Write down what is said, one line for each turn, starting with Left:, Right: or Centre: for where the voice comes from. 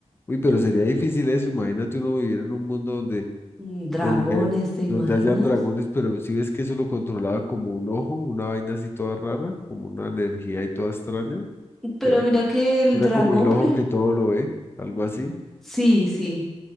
Left: Uy, pero sería difícil eso. Imagínate uno vivir en un mundo donde
Centre: Mm, Dragones,
Left: gobier-
Centre: ¿te imaginas?
Left: donde hayan dragones, pero si ves que eso lo controlaba como un ojo, una vaina así toda rara, como una energía y toda extraña,
Centre: Pero
Left: que era,
Centre: mira que el
Left: era
Centre: dragón,
Left: como el ojo
Centre: por ej-
Left: que todo lo ve, algo así.
Centre: Sí, sí.